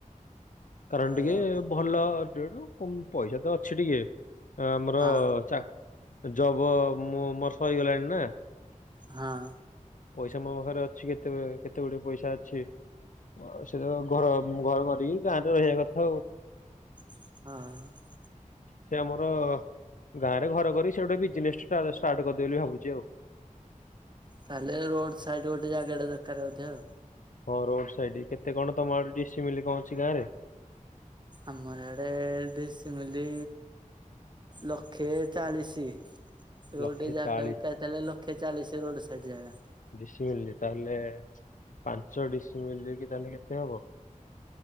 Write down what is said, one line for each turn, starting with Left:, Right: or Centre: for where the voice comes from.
Left: କାରଣ
Right: ହଁ
Left: ଟିକେ ଭଲ ଦୁଡୁ, ପଇସା ତ ଅଛି ଟିକେ। ଆମର
Right: ହଁ
Left: ଚାକ୍ ଜବ ମୁଁ ମୋର ସରିଗଲାଣି ନା।
Right: ହଁ।
Left: ପଇସା ମୋ ପାଖରେ ଅଛି କେତେ କେତେ ଗୁଡେ ପଇସା ଅଛି। ଆଉ ସେଇ ତ ଘର ଘର କରିକି ଗାଁରେ ରହିବା କଥା ଆଉ।
Right: ହଁ।
Left: ସେ ଆମର ଗାଁରେ ଘର କରିକି ସେ ଗୋଟେ ବିଜ୍ନେସ୍ ଷ୍ଟାର୍ ଷ୍ଟାର୍ଟ କରିଦେବି ବୋଲି ଭାବୁଛି ଆଉ।
Right: ତାହେଲେ ରୋଡ଼୍ ସାଇଟ୍ ଗୋଟେ ଜାଗା ଟେ ଦରକାର୍ ବୋଧେ ଆଉ।
Left: ହଁ ରୋଡ୍ ସାଇଟ୍ କେତେ କଣ ତମ ଆଡେ ଡିସି ମିଲି କଣ ଅଛି ଗାଁରେ।
Right: ଆମର ଏଆଡେ ଡିସି ମିଲି ଲକ୍ଷେ ଚାଳିଶି। ସେ ଗୋଟେ
Left: ଲକ୍ଷେ
Right: ଜାଗା
Left: ଚାଳିଶ
Right: ବିକା ହେଇଥିଲା ଲକ୍ଷେ ଚାଳିଶି ରୋଡ ସାଇଟ୍ ଜାଗା।
Left: ଡିସି ମିଲି ତାହେଲେ ପାଞ୍ଚ ଡିସି ମିଲି କି ତାହେଲେ କେତେ ହବ।